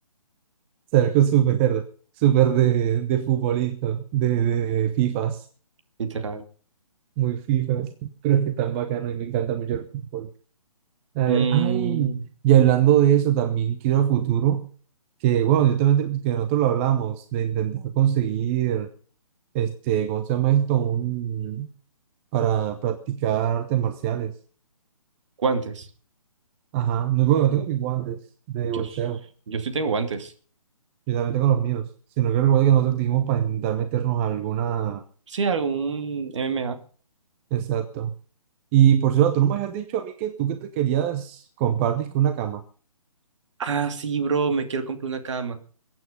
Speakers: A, on the right; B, on the right.
A: O sea, algo súper, súper de, de futbolista, de, de de FIFAs.
B: literal.
A: muy FIFA, pero es que tan bacano y me encanta mucho el fútbol. A
B: Mm,
A: ver, ay, y hablando de eso, también quiero a futuro, que bueno, yo también, te- que nosotros lo hablamos, de intentar conseguir, este, ¿cómo se llama esto? Un, para practicar artes marciales.
B: guantes.
A: Ajá, no, bueno, yo tengo mis guantes de
B: Yo,
A: boxeo,
B: yo sí tengo guantes.
A: yo también tengo los míos, sino que recuerda que nosotros dijimos para intentar meternos alguna,
B: Sí, algún M M A
A: exacto. Y por cierto, tú no me habías dicho a mí que tú que te querías compartir con una cama.
B: Ah, sí, bro, me quiero comprar una cama.